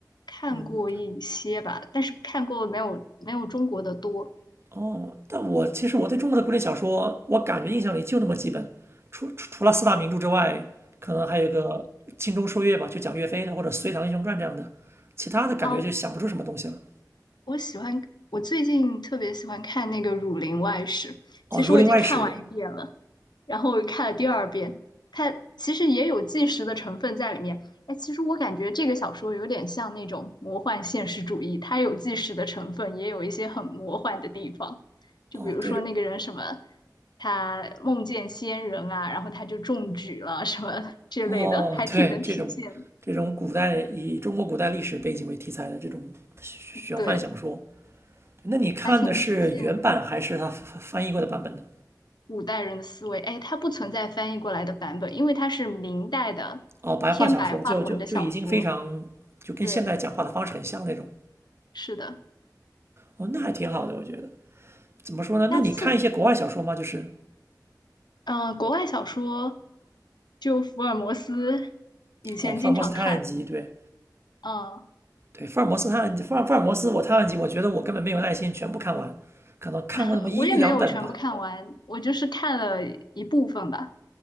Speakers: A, on the left; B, on the right.
A: 看过一些吧，
B: 嗯，
A: 但是看过没有没有中国的多。
B: 哦，但我其实我对中国的古典小说，我感觉印象里就那么几本，除除除了四大名著之外，可能还有一个《精忠说岳》吧，就讲岳飞的，或者《隋唐英雄传》这样的，其他的感觉就想不出什么东西了。
A: 啊，我喜欢，我最近特别喜欢看那个《儒林外史》，
B: 哦，
A: 其实我已经看完一遍了。
B: 《儒林外史》，
A: 然后我又看了第二遍，它其实也有纪实的成分在里面。哎，其实我感觉这个小说有点像那种魔幻现实主义，它有纪实的成分，也有一些很魔幻的地方。就比如说那个人什么，
B: 哦，对，
A: 他梦见仙人啊，然后他就中举了什么之类的，
B: 哦，
A: 还挺能体现，
B: 对，这种这种古代以中国古代历史背景为题材的这种玄幻小说，
A: 对，
B: 那你看的是原版还是他翻翻译过的版本呢？
A: 还挺能体现古代人的思维。哎，它不存在翻译过来的版本，因为它是明代的偏白话文的小说。
B: 哦，白话小说就就就已经非常就跟现代讲话的方式很像那种。
A: 对，是的。
B: 哦，那还挺好的，我觉得。怎么说呢？
A: 那四
B: 那你看一些国外小说吗？就是
A: 嗯，国外小说就福尔摩斯，以前经常看，
B: 哦，福尔摩斯探案集，对
A: 嗯，
B: 对，福尔摩斯探案集，福尔福尔摩斯我探案集，我觉得我根本没有耐心全部看完，可能看过那么一一两本吧。
A: <laughs> 我也没有全部看完，我就是看了一部分吧，